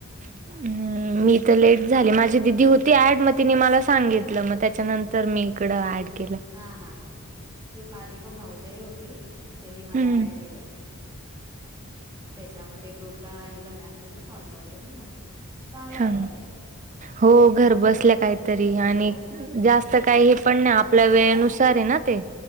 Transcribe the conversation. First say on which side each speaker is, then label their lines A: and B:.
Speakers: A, on the right (about 35°); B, on the right (about 20°).
A: <inaudible> मी तर लेट झाले माझी दिदी होती ऍड मग तिने मला सांगितलं मग त्याच्यानंत तर मी इकडं ऍड केलं.
B: हा हा हां हां तेच माझी पण भावजय होती. तिनी मला
A: हम्म
B: ऍड केलं त्याच्यामध्ये ग्रुपला हे झाल्या तर मग फॉर्म वगैरे मी भरला चांगलं आहे
A: हा
B: पण हे.
A: हो घर बसल्या काहीतरी
B: हो
A: आणि
B: हो हो.
A: जास्त
B: घर
A: काही
B: बसल्या
A: हे
B: काय
A: पण नाय आप
B: तर
A: आपल्या वेळेनुसार
B: हा
A: आहे ना ते.